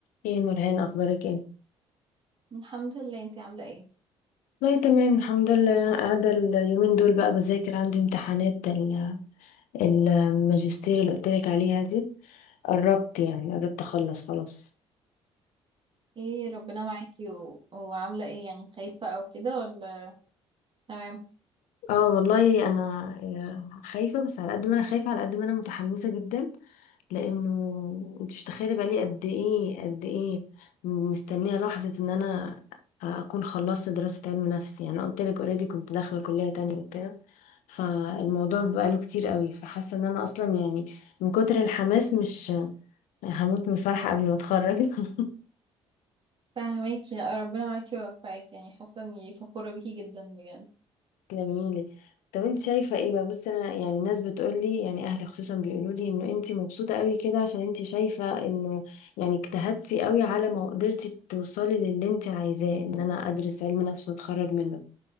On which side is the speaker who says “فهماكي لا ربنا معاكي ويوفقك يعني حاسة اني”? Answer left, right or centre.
Right